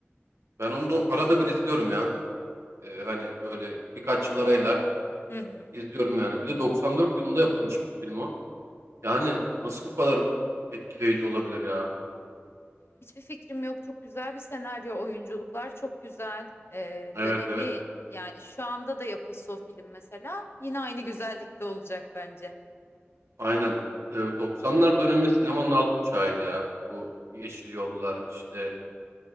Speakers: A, on the right (about 85°); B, on the left (about 60°).
A: Ben onu arada bir izliyorum ya. Ee, hani böyle birkaç yıl arayla
B: Hı hı.
A: izliyorum yani. Bir de 94 yılında yapılmış bir film o. Yani nasıl bu kadar etkileyici olabilir ya?
B: Hiçbir fikrim yok. Çok güzel bir senaryo. Oyunculuklar çok güzel. E,
A: Evet
B: dönemi
A: evet.
B: yani şu anda da yapılsa o film mesela yine aynı güzellikte olacak bence.
A: Aynen. Ee, 90'lar dönemi sinemanın altın çağıydı ya. Bu Yeşil Yollar işte